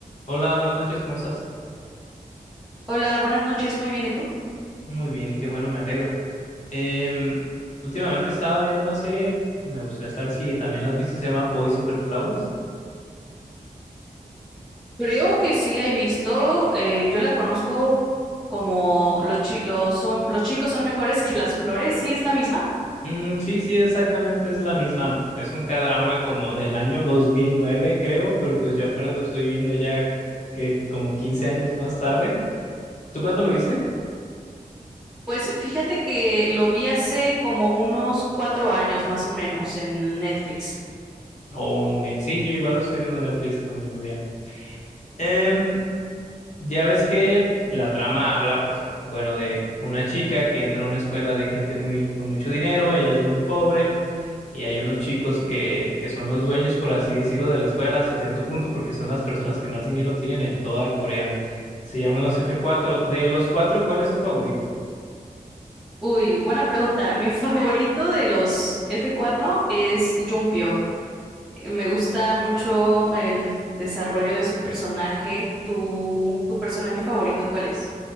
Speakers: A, on the left (about 50°); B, in the centre.
A: Hola, buenas noches, ¿cómo estás?
B: Hola, buenas noches, muy bien, ¿y tú?
A: Muy bien, qué bueno, me alegro. Em, últimamente estaba viendo una serie, me gustaría saber si también la has visto, se llama Boys Over Flowers.
B: Creo que sí la he visto, eh, yo la conozco como los, chi- los, son, los chicos son mejores <laughs> que las flores, ¿sí es la misma?
A: Mm, sí, sí, exactamente es la misma. Es un k como del año 2009 creo, pero pues yo apenas lo estoy viendo ya que como 15 años más tarde. ¿Tú cuándo lo viste?
B: Pues fíjate que lo vi hace como unos cuatro años más o menos en Netflix.
A: Oh, muy bien, sí, yo igual lo estoy viendo en Netflix con mi novia. Em, Ya ves que la trama habla, pues, bueno, de una chica que entra a una escuela de gente muy con mucho dinero, ella es muy pobre, y hay unos chicos que, que son los dueños, por así decirlo, de la escuela hasta cierto punto, porque son las personas que más dinero tienen en toda Corea. Se llaman los f cuatro De los cuatro, ¿cuál es tu favorito?
B: Uy, buena pregunta. Mi <laughs> favorito de los f cuatro es Jumpio. Eh, Me gusta mucho el desarrollo de su personaje. ¿Tu, tu personaje favorito cuál es?